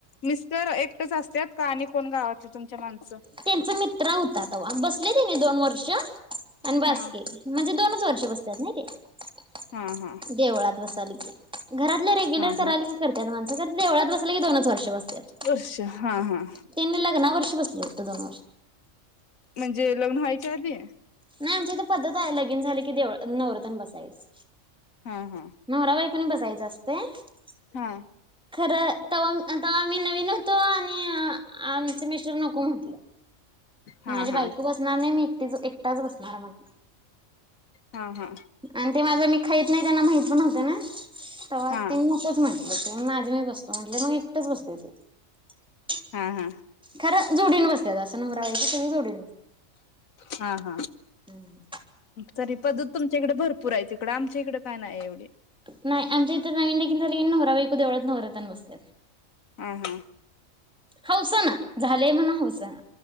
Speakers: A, on the left; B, in the centre.
A: मिस्टर एकटेच असत्यात का आणि कोण गावातची तुमच्या माणस
B: त्यांच मित्र होतात बसले. त्यांनी दोन वर्ष आणि बास्कीे
A: हा
B: म्हणजे दोनच वर्ष बसतात नाही ते
A: हा हा.
B: देवळात बस. इथ आल कि घरातले रेग्युलर
A: हा
B: करायला
A: हा
B: की करतात माणसं बगत देवळात बस. केले की दोनच वर्ष बसल्यात
A: वर्ष हा हा
B: त्यांनी लग्ना वर्ष बसल होत.
A: म्हणजे लग्न व्हायच्या आधी
B: नाही आमच्या इथं पद्धत आहे लगीन झाल की देवळात नवरतन बसायस.
A: हा हा
B: नवरा बायकोनी बसायच कणी बसायचं असतं. <unintelligible>
A: हा
B: खरं तव्हा तव्हा आम्ही नवीन होतो आणि आम मिस्टर नको म्हटलं.
A: हा
B: माझी
A: हा
B: बायको बसणार नाही मी एकटी एकटाच बसणार म्हटलं
A: हा हा
B: आणि ते माझ मी खाईत नाही त्यांना माहिती पण होत ना. त
A: हा
B: तीन मासच म्हण <unintelligible> <inaudible>
A: हा हा.
B: खरं जोडीन बसत असं नमहरायची त जोडीन बस.
A: हा हा.
B: हम्म.
A: तरी पद्धत तुमच्याकडे भरपूरा यायच. पण आमच्या इकडे काय नाही एवढे.
B: नाही आमच्या इथ नवीन लग्न झाले की नवराबाईकू देवळात नव्हऱ्याात बसतात.
A: हां हां.
B: हौसाना झालंय म्हणा हौसाना